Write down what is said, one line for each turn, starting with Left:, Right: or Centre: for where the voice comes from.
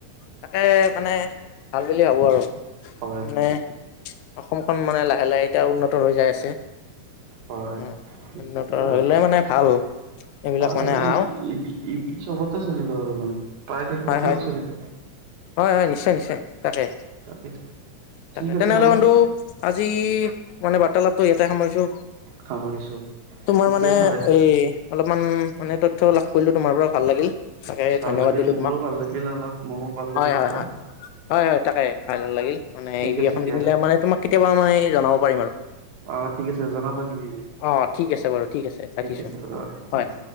Left: তাকে মানে ভাল বুলি ভাবো আৰু
Right: হয়
Left: মানে অসমখন মানে লাহে লাহে এতিয়া উন্নত ৰ যাই আছে
Right: হয়
Left: অ
Right: ঠিকেইটো
Left: উন্নত হলে মানে ভাল এইবিলাক
Right: আৰু
Left: মানে আহাও
Right: ই চবতে চলিব আৰু মানে প্ৰায় দেশতে
Left: হয় হয়
Right: চলিব
Left: হয় হয় নিশ্চয় নিশ্চয় তাকে
Right: তাকে
Left: তাকে
Right: ঠিক
Left: তেনেহলে
Right: আছে বাৰু
Left: কিধু আজি মানে বাৰ্তালাপটো এ সমইছো
Right: সামৰিছো
Left: তোমাৰ
Right: ঠিকেই
Left: মানে
Right: ভালে
Left: এই অলপমান মানে তথ্য লাভ কৰিলোঁ তোমাৰ পৰা ভাল লাগিল। তাকে
Right: ভাল
Left: ধন্যবাদ
Right: লাগিল
Left: দিলো তোমাক।
Right: মোৰো
Left: হয়
Right: ভাল লাগিল অলপ ময়ো পালো তথ্য
Left: হয় হয়, হয় হয় তাকে ভালে লাগিল মানে
Right: ঠিক
Left: ই ভি
Right: আছে
Left: এখন
Right: দিয়া
Left: কিনিলে মানে তোমাক কেতিয়াবা মই জনাব পাৰিম আৰু,
Right: অ ঠিক আছে জনাবা কিনিলে
Left: অ ঠিক আছে বাৰু ঠিক আছে, ৰাখিছো
Right: আছে বাৰু ঠিক
Left: হয়।
Right: আছে